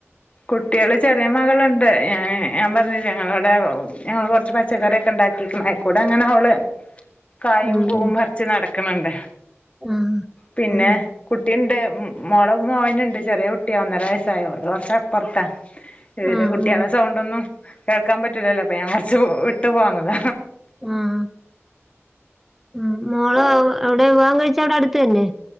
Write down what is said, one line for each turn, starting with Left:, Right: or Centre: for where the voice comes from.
Left: കുട്ട്യേള് ചെറിയ മകളുണ്ട് ഞാന് ഞാൻ പറഞ്ഞില്ലേ ഞങ്ങളിവിടെ. ഞങ്ങള് കൊർച്ച് പച്ചക്കറിയൊക്കെ ഉണ്ടാക്കിക്ക്ണ് അയിക്കൂട ങ്ങനെ ഓള്. കായിം
Centre: ഉം
Left: പൂവും പറിച്ച് നടക്കണണ്ട്
Centre: ആഹ്
Left: പിന്നെ.
Centre: ഉം
Left: കുട്ടിയണ്ട് മോള മോനുണ്ട് ചെറിയ കുട്ടിയോ ഒന്നര വയസായോ അത് കുറച്ചപ്പുറത്താ ഇതില്
Centre: ആഹ്
Left: കുട്ട്യേളെ
Centre: ആഹ്
Left: സൗണ്ടൊന്നും കേൾക്കാൻ പറ്റൂല്ലല്ലോ അപ്പൊ ഞാൻ കൊർച്ച് വിട്ട് പോന്നത.
Centre: ആഹ് ഉം മോള അവിടെ വിവാഹം കഴിച്ച അവിടെ അട്ത്ത് തന്നെ?